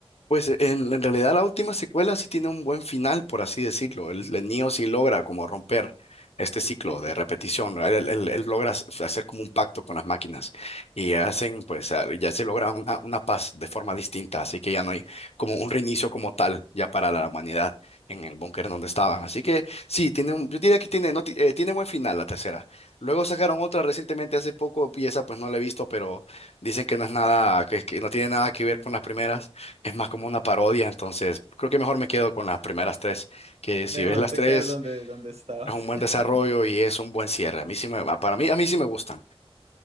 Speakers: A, on the left; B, on the right.
A: Pues eh, en, en realidad la última secuela sí tiene un buen final, por así decirlo. El, el Neo sí logra como romper este ciclo
B: Sí, claro.
A: de repetición. ¿no? Él, él- él- él logra s- hacer como un pacto con las máquinas y hacen, pues ah, ya se logra una, una paz de forma distinta. Así que ya no hay como un reinicio como tal ya para la humanidad en el búnker donde estaban. Así que sí, tiene un- yo diría que tiene, no, ti- eh, tiene buen final la tercera. Luego sacaron otra recientemente hace poco y esa pues no la he visto, pero dicen que no es nada, que que no tiene nada que ver con las primeras es más como una parodia, entonces creo que mejor me quedo con las primeras tres, que
B: Mejor
A: si ves las
B: te
A: tres,
B: quedas donde, donde estabas.
A: es un buen
B: <laughs>
A: desarrollo y es un buen cierre. A mí sí me, va- para mí, a mí sí me gustan.